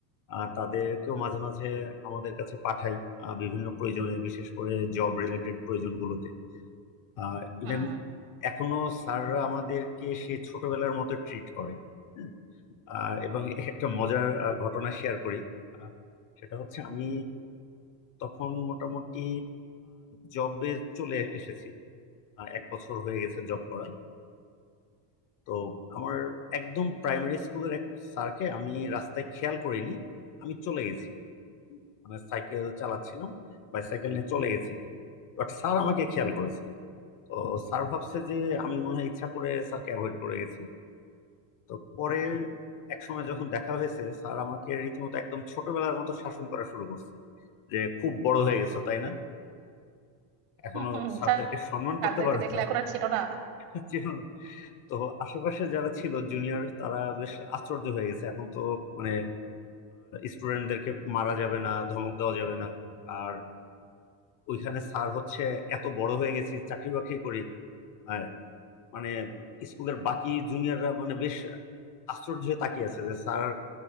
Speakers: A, on the left (about 40°); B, on the right (about 70°).
A: আহ, তাদেরকেও মাঝে মাঝে আমাদের কাছে পাঠাই আহ, বিভিন্ন প্রয়োজনে বিশেষ করে জব রিলেটেড প্রয়োজনগুলোতে আর ইভেন
B: হুম,
A: এখনো স্যাররা আমাদেরকে সে ছোটবেলার মতো ট্রিট করে হুম। আহ, এবং একটা মজার আহ, ঘটনা শেয়ার করি আহ, সেটা হচ্ছে আমি তখন মোটামুটি জবে চলে এসেছি আহ, এক বছর হয়ে গেছে জব করা তো আমার একদম প্রাইমারি স্কুলের এক স্যারকে আমি রাস্তায় খেয়াল করিনি আমি চলে গেছি মানে সাইকেল চালাচ্ছিলাম বাইসাইকেল নিয়ে চলে গেছি বাট স্যার আমাকে খেয়াল করেছে তো স্যার ভাবছে যে আমি মনে হয় ইচ্ছা করে স্যারকে অ্যাভয়েড করে গেছি তো পরে এক সময় যখন দেখা হয়েছে স্যার আমাকে রীতিমতো একদম ছোটবেলার মতো শাসন করা শুরু করছে যে খুব বড় হয়ে গেছো তাই না এখনো
B: হুম, হুম,
A: স্যারদেরকে সম্মান
B: তাদেরকে
A: করতে পারো
B: দেখলে
A: না
B: এখন আর চিনো না।
A: <laughs> চেনো তো আশেপাশে যারা ছিল জুনিয়র তারা বেশ আশ্চর্য হয়ে গেছে এখন তো মানে স্টুডেন্টদেরকে মারা যাবে না ধমক দেওয়া যাবে না আর ওইখানে স্যার হচ্ছে এত বড় হয়ে গেছি চাকরি বাকরি করি আর মানে স্কুলের বাকি জুনিয়ররা মানে বেশ আশ্চর্য হয়ে তাকিয়ে আছে যে স্যার